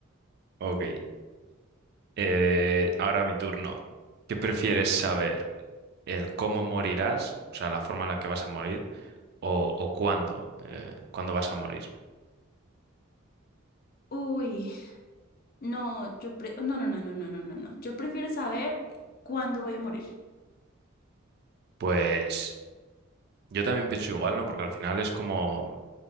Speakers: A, on the right (about 50°); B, on the left (about 45°).
A: Ok. Eh, ahora mi turno. ¿Qué prefieres saber? ¿El cómo morirás? O sea, la forma en la que vas a morir. ¿O, o cuándo? eh, ¿cuándo vas a morir?
B: Uy, no, yo pre- no, no, no, no, no, no, no, no. Yo prefiero saber cuándo voy a morir.
A: Pues yo también pienso igual, ¿no? Porque al final es como